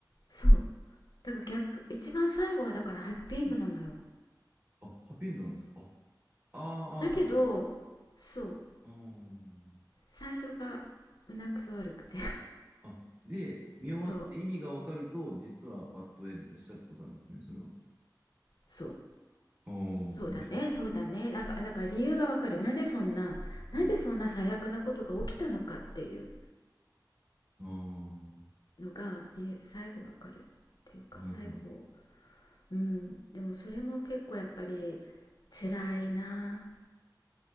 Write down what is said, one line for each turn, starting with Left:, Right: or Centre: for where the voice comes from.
Left: そうだから逆一番最後はだからハッピーエンドなのよ
Right: な。はいあ、ハッピーエンドなんですかあ、あーあー、
Left: だけどそう
Right: そういうことか。うーん。
Left: 最初が胸くそ悪くて
Right: あ、で、見終わって意味がわかると、
Left: <laughs> そう
Right: 実はバッドエンドでしたってことなんですね、それは。
Left: そう
Right: ああ、面白い。
Left: そうだね、そうだね。だから、だから理由がわかる。なぜそんな、なぜそんな最悪なことが起きたのかっていう
Right: うんあ
Left: のが、理由最後わかるっていうか、
Right: あ、なるほど。
Left: 最後、うん。でもそれも結構やっぱり辛いな。